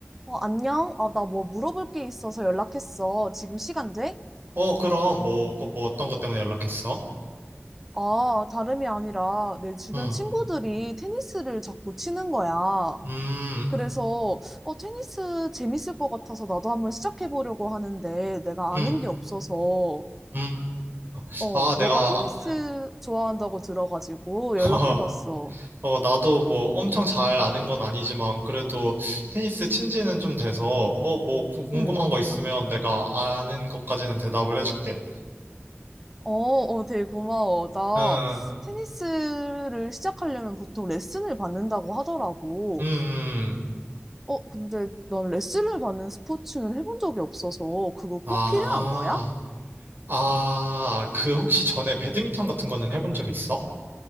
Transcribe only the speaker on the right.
어, 그럼, 뭐, 거- 뭐 어떤 것 때문에 연락했어?
응,
음,
음,
음. 음.
아,
내가,
<laughs>
어, 나도 뭐 엄청 잘 아는 건 아니지만, 그래도 테니스 친 지는 좀 돼서, 어, 뭐 구- 궁금한
거 있으면 내가 아는 것까지는 대답을 해줄게.
응,
응, 음, 음.
아,
아, 그 혹시 전에 배드민턴 같은 거는 해본 적 있어?